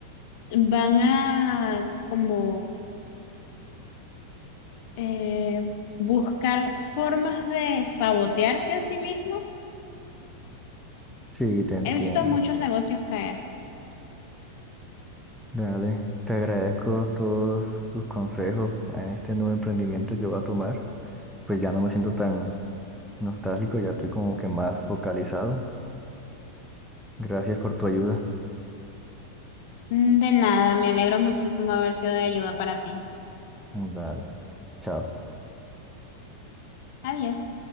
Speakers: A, on the left (about 50°); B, in the centre.
A: van a como eh, buscar formas de sabotearse a sí mismos.
B: sí, te entiendo.
A: He visto muchos negocios caer.
B: Dale, te agradezco todos tus consejos en este nuevo emprendimiento que voy a tomar. Pues ya no me siento tan nostálgico, ya estoy como que más focalizado. Gracias por tu ayuda.
A: Mm, De nada, me alegro muchísimo haber sido de ayuda para ti.
B: Dale, chao.
A: Adiós.